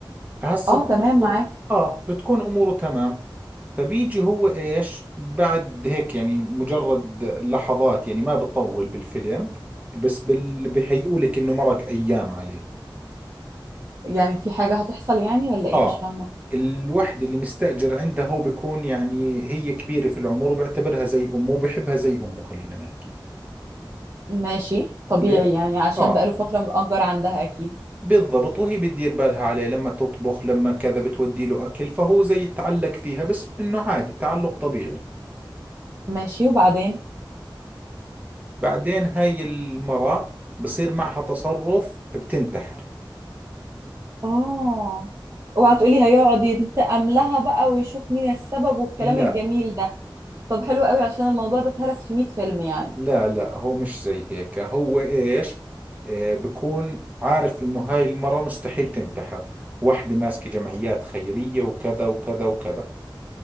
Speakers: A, on the right (about 20°); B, on the right (about 35°).
A: هسه
B: اه
A: هو
B: تمام
A: بتكون
B: معاك
A: اه بتكون اموره تمام فبيجي هو ايش بعد هيك يعني مجرد لحظات يعني ما بطول بالفيلم بس بال... بهيئوا لك انه مرق ايام عليه
B: يعني في حاجة هتحصل يعني ولا ايه
A: اه
B: مش فاهمة
A: الوحده اللي مستأجر عندها هو بيكون يعني هي كبيرة في العمر وبيعتبرها زي امه وبحبها زي امه خلينا نحكي
B: ماشي طبيعي
A: ليه؟
B: يعني عشان
A: اه
B: بقاله فترة مأجر عندها أكيد
A: بالضبط وهي بتدير بالها عليه لما تطبخ لما كذا بتودي له اكل فهو زي يتعلق فيها بس انه عادي تعلق طبيعي
B: ماشي وبعدين
A: بعدين هاي المرأة بصير معها تصرف بتنتحر
B: اه اوعى تقولي هيقعد ينتقم لها بقى ويشوف مين السبب والكلام
A: لا
B: الجميل ده طب حلو قوي عشان الموضوع ده اتهرس في 100 فيلم يعني
A: لا لا هو مش زي هيك هو ايش آه بكون عارف انه هاي المرة مستحيل تنتحر واحدة ماسكة جمعيات خيرية وكذا وكذا وكذا